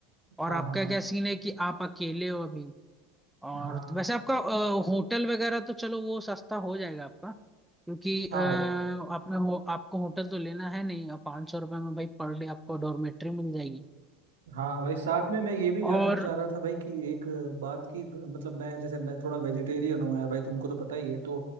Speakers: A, in the centre; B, on the right (about 75°).
A: और
B: हाँ
A: आपका
B: हाँ हाँ
A: क्या सीन है कि आप अकेले हो अभी और
B: हाँ
A: तो वैसे आपका अ, होटल वगैरह तो चलो वो सस्ता हो जाएगा आपका क्योंकि अ,
B: हाँ
A: आपने
B: भाई
A: हो आपको होटल तो लेना है नहीं अब पाँच सौ रुपये में भाई पर डे आपको डॉर्मेट्री मिल जाएगी
B: हाँ भाई साथ में मैं ये भी जानना
A: और
B: चाह रहा था भाई कि एक बात की मतलब मैं जैसे मैं थोड़ा वेजिटेरियन हूँ यार भाई तुमको तो पता ही है तो